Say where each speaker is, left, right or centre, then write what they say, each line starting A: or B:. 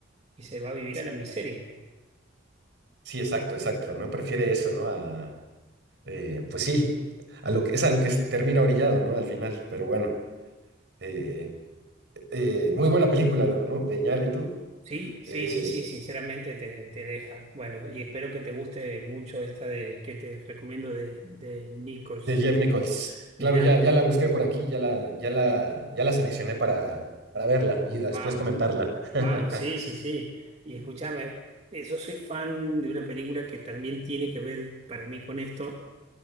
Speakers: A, on the right (about 35°); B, on the right (about 60°).
A: y se va a vivir
B: Sí,
A: a la miseria.
B: sí, exacto, exacto, ¿no? Prefiere eso, ¿no? A Eh, pues sí, a lo que, es a lo que s- termina orillado, ¿no? Al final, pero bueno. eh, eh, muy buena película, ¿no? ¿no? De Iñárritu,
A: Sí, sí,
B: eh,
A: sí, sí, sinceramente te, te deja. Bueno, y espero que te guste mucho esta de que te recomiendo de, de Nichols.
B: de Jeff Nichols. Claro,
A: Mirá,
B: ya, ya la busqué por aquí, ya la, ya la, ya la seleccioné para, para verla y
A: vamos.
B: después comentarla. <laughs>
A: Vamos, sí, sí, sí. Y escúchame, eh, yo soy fan de una película que también tiene que ver para mí con esto,